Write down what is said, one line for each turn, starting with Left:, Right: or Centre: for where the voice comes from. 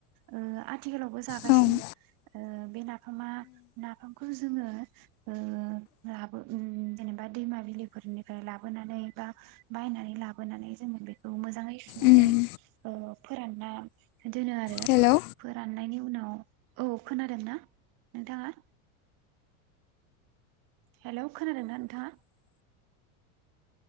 Right: ओ आ आथिखालावबो जागासिनो
Left: औ उम
Right: ओ बे नाफामा नाफामखौ जोङो ओ लाबो उम जेनेबा दैमा बिलिफोरनिफ्राय लाबोनानै बा बायनानै लाबोनानै जोङो बेखौ मोजाङै सुनानै
Left: उम
Right: ओ फोरानना दोनो आरो
Left: हेलौ
Right: फोराननायनि उनाव औ खोनादों ना नोंथाङा? हेलौ खोनादोंना नोंथाङा?